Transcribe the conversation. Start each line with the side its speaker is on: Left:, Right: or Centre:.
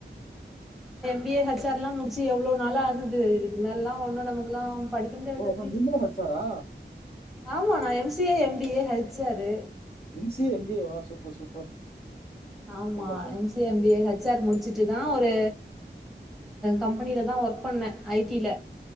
Centre: எம் பி ஏ ஹச்சார் எல்லாம் முடிச்சு எவ்வளவு நாள ஆகுது இதுக்கு மேலல்லாம் ஒன்னும் நமக்கு எல்லாம் படிக்க முடியாது
Left: ஓ!
Centre: தம்பி
Left: அப்ப நீங்களும் ஹெச்ஆரா?
Centre: ஆமா நான் MCA MBA HR
Left: MC MBA வா சூப்பர் சூப்பர்
Centre: ஆமா
Left: சூப்பர்க்கா.
Centre: எம்சிஏ எம்பிஏ ஹெச்சார் முடிச்சு தான் ஒரு கம்பெனில தா ஒர்க் பண்ணே ஐடில